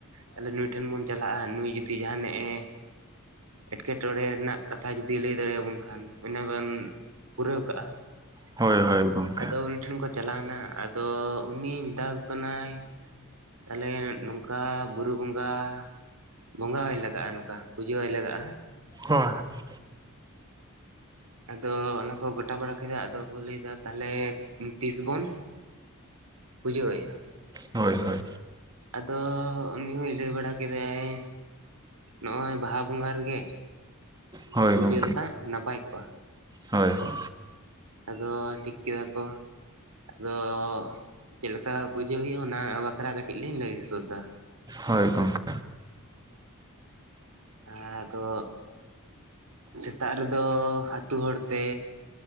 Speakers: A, on the right (about 85°); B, on the right (about 20°).
A: ᱛᱟᱦᱞᱮ ᱱᱩᱭ ᱴᱷᱮᱱ ᱵᱚᱱ ᱪᱟᱞᱟᱜᱼᱟ, ᱱᱩᱭ ᱡᱩᱫᱤ ᱡᱟᱦᱟᱱᱟᱜ ᱮ ᱮᱸᱴᱠᱮ ᱴᱚᱬᱮ ᱨᱮᱱᱟᱜ ᱠᱟᱛᱷᱟ ᱡᱩᱚᱫᱤ ᱞᱟᱹᱭ ᱫᱟᱲᱮᱭᱟᱵᱚᱱ ᱠᱷᱟᱱ ᱩᱱᱟᱹ ᱵᱚᱱ ᱯᱩᱨᱟᱹᱣ ᱠᱟᱜᱼᱟ᱾
B: ᱦᱳᱭ ᱦᱳᱭ ᱜᱚᱢ
A: ᱟᱫᱚ ᱩᱱᱤ ᱴᱷᱮᱱ ᱠᱚ ᱪᱟᱞᱟᱣ ᱮᱱᱟ, ᱟᱫᱚ ᱩᱱᱤ ᱢᱮᱛᱟᱠᱚ ᱠᱟᱱᱟᱭ ᱛᱟᱦᱚᱞᱮ ᱱᱚᱝᱠᱟ ᱵᱩᱨᱩ ᱵᱚᱸᱜᱟ ᱵᱚᱸᱜᱟ ᱟᱭ ᱞᱟᱜᱟᱜᱼᱟ ᱱᱚᱝᱠᱟ ᱯᱩᱡᱟᱹ ᱟᱭ ᱞᱟᱜᱟᱜᱼᱟ,
B: <unintelligible>
A: ᱟᱫᱚ ᱚᱱᱟᱠᱚ ᱜᱚᱴᱟ ᱵᱟᱲᱟ ᱠᱮᱫᱟ, ᱟᱫᱚ ᱠᱚ ᱞᱟᱹᱭ ᱠᱮᱫᱟ ᱛᱟᱦᱚᱞᱮ ᱛᱤᱥ ᱵᱚᱱ ᱵᱩᱡᱷᱟᱹᱣ ᱟᱭᱟ?
B: ᱦᱳᱭ ᱦᱳᱭ
A: ᱟᱫᱚ ᱩᱱᱤ ᱦᱚᱭ ᱞᱟᱹᱭ ᱵᱟᱲᱟ ᱠᱮᱫᱟᱭ ᱱᱚᱜᱼᱚᱭ ᱵᱟᱦᱟ ᱵᱚᱸᱜᱟ ᱨᱮᱜᱮ
B: ᱦᱳᱭ
A: ᱯᱩᱡᱟᱹ
B: ᱜᱚᱝᱠᱮ
A: ᱞᱮᱠᱟᱡ ᱱᱟᱯᱟᱭ ᱠᱚᱜᱼᱟ᱾
B: ᱦᱳᱭ ᱦᱳᱭ
A: ᱟᱫᱚ ᱴᱷᱤᱠ ᱠᱮᱫᱟ ᱠᱚ ᱟᱫᱚ ᱪᱮᱫ ᱞᱮᱠᱟ ᱯᱩᱡᱟᱹ ᱦᱩᱭᱩᱜᱼᱟ ᱚᱱᱟ ᱵᱟᱠᱷᱨᱟ ᱠᱟᱹᱴᱤᱡ ᱞᱤᱧ ᱞᱟᱹᱭ ᱥᱚᱫᱟ᱾
B: ᱦᱳᱭ ᱜᱚᱝᱠᱮ
A: ᱦᱮᱸ ᱛᱚ᱾ ᱥᱮᱛᱟᱜ ᱨᱮᱫᱚ ᱟᱛᱳ ᱦᱚᱲ ᱛᱮ